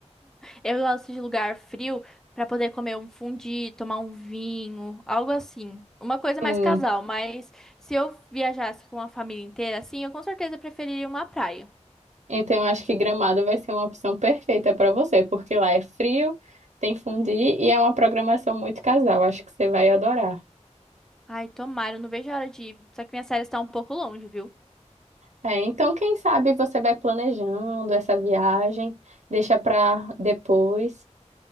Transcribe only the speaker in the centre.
Eu gosto de lugar frio pra poder comer um fundi, tomar um vinho, algo assim. Uma coisa
mais casal, mas se eu viajasse com a família inteira, assim, eu com certeza preferiria uma praia.
Ai, tomara, eu não vejo a hora de ir. Só que minha série está um pouco longe, viu?